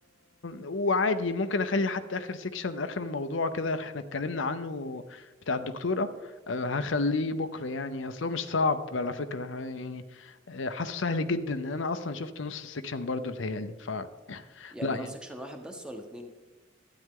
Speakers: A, on the left (about 80°); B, in the centre.
A: وعادي ممكن اخلي حتى اخر سيكشن اخر موضوع كده احنا اتكلمنا عنه بتاع الدكتوره آه، هخليه بكره يعني اصله مش صعب على فكره يعني آه، حاسه سهل جدا انا اصلا شفت نص السيكشن برضه بتهيألي فلا
B: يعني
A: يعني
B: هو سيكشن واحد بس ولا اتنين